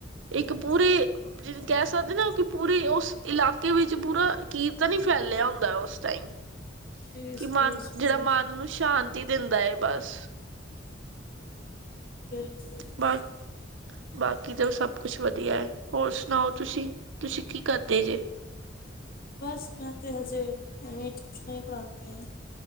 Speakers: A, on the right (about 75°); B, on the left (about 50°).
A: ਇੱਕ ਪੂਰੇ ਜਿਹਨੂੰ ਕਹਿ ਸਕਦੇ ਨਾ ਕਿ ਪੂਰੇ ਉਸ ਇਲਾਕੇ ਵਿੱਚ ਪੂਰਾ ਕੀਰਤਨ ਹੀ ਫੈਲਿਆ ਹੁੰਦਾ ਉਸ ਟਾਈਮ
B: ਪਲੀਜ਼
A: ਕਿ
B: ਪਲੀਜ਼
A: ਮਨ ਜਿਹੜਾ
B: ਪਲੀਜ਼
A: ਮਨ ਨੂੰ ਸ਼ਾਂਤੀ ਦਿੰਦਾ ਏ ਬਸ।
B: ਬਿਲਕੁਲ-
A: ਬਾ
B: ਬਿਲਕੁਲ।
A: ਬਾਕੀ ਤਾਂ ਸਭ ਕੁਛ ਵਧੀਆ ਏ, ਹੋਰ ਸੁਣਾਓ ਤੁਸੀਂ ਤੁਸੀਂ ਕੀ ਕਰਦੇ ਜੇ?
B: ਬਸ ਮੈਂ ਤੇ ਹਜੇ, ਐਵੇਂ ਟਿਊਸ਼ਨਾਂ ਹੀ ਪੜ੍ਹਾਉਂਦੀ ਆ।